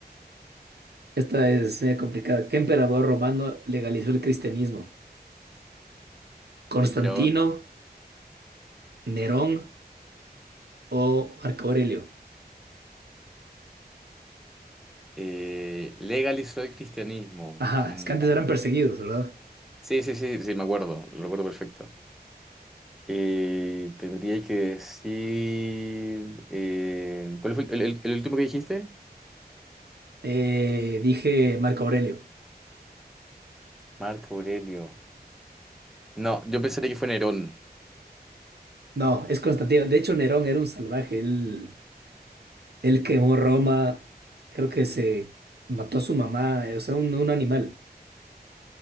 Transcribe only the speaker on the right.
esta es media complicada. ¿Qué emperador romano legalizó el cristianismo? ¿Constantino,
Nerón? o Marco Aurelio.
Ajá,
es que antes eran perseguidos, ¿verdad?
Eh, dije Marco Aurelio.
No, es Constantino. De hecho, Nerón era un salvaje. Él, él quemó Roma. Creo que se mató a su mamá, eh, o sea, un, un animal.